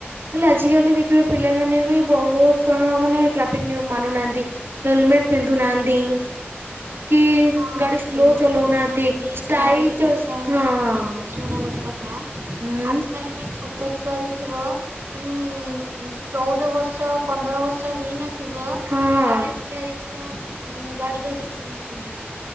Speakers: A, on the right; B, on the right.
A: ହେଲେ ଆଜିକାଲି ଦେଖିବେ ପିଲାମାନେ ବି ବହୁତ କଣ ମାନେ ଟ୍ରାଫିକ ନିୟମ ମାନୁ ନାହାନ୍ତି। ହେଲମେଟ ପିନ୍ଧୁ ନାହାନ୍ତିି। କି
B: ହଁ
A: ଗାଡି ସ୍ଲୋ
B: ହେଲମେଟ
A: ଚଲଉନାହାନ୍ତି
B: ପିନ୍ଧୁନାହାନ୍ତି ଏବେ
A: ଷ୍ଟାଇଲ
B: ଆଉ ଗୋଟେ
A: ଚଷ
B: କଥା
A: ହଁ।
B: ଶୁଣ ଗୋଟେ ହଁ,
A: ହୁଁ
B: ଆଜିକାଲି ବି ଛୁ ଛୋଟ ଛୁଆ ଦେଖିବ ମାନେ ଚଉଦ ବର୍ଷ ପନ୍ଦର ବର୍ଷ ହେଇନଥିବ,
A: ହଁ
B: ପ୍ରାୟ ପିଲା ଦେଖି <inaudible> ଗାଡି ଧରିିକି ବୁଲୁଛନ୍ତି।